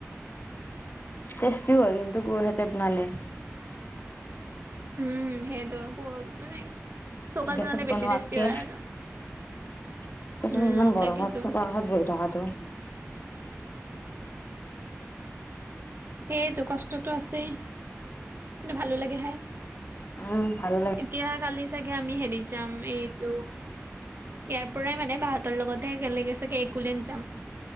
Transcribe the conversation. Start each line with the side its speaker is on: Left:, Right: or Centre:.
Left: টেষ্টি হয় কিন্তু গোৰহতে বনালে।
Right: উম সেইটো আকৌ মানে চৌকাত
Left: গেছত
Right: বনালে বেছি
Left: বনোৱাতকে
Right: টেষ্টি হয় আৰু।
Left: তাৰ পিছত
Right: উম,
Left: ইমান গৰমত
Right: তাকেতো
Left: চৌকাৰ কাশত হি থকাতটো
Right: সেইটো কষ্টটো আছেই কিন্তু ভালো লাগে তাই।
Left: উম ভালো লাগে
Right: এতিয়া কালি চাগে আমি হেৰিত যাম এইটো ইয়াৰ পৰাই মানে বাহঁতৰ লগতে একেলগে চাগে একলেন যাম।